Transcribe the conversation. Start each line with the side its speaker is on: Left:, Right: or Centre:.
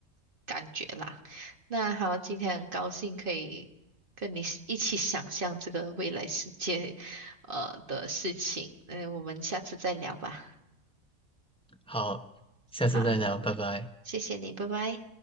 Right: 感觉啦。那好，今天很高兴可以跟你一起想象这个未来世界，呃的事情。嗯，我们下次再聊吧。
Centre: 好，下次再聊，
Right: 好，
Centre: 拜拜。
Right: 谢谢你，拜拜。